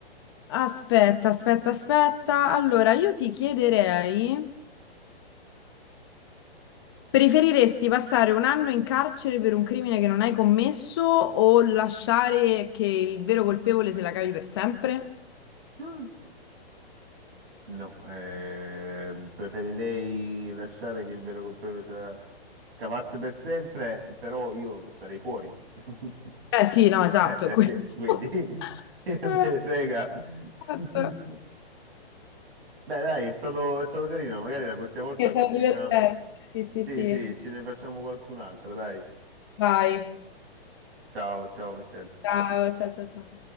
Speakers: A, on the left; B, on the right.
A: Aspetta, aspetta, aspetta. Allora, io ti chiederei, preferiresti passare un anno in carcere per un crimine che non hai commesso o lasciare che il vero colpevole se la cavi per sempre?
B: Mm. No, eh, preferirei lasciare che il vero colpevole se la cavasse per sempre, però io starei fuori. <laughs>
A: Eh sì, no, esatto,
B: Eh, eh,
A: è quello.
B: sì, quindi
A: <laughs>
B: <laughs> non
A: Eh,
B: me ne frega.
A: esatto.
B: <laughs> Beh, dai, è stato, è stato carino, magari la prossima volta
A: Che
B: continuiamo.
A: sarà divertente. Sì, sì,
B: Sì,
A: sì.
B: sì, ce ne facciamo qualcun'altra, dai.
A: Vai.
B: Ciao, ciao, Michelle.
A: Ciao, ciao, ciao, ciao.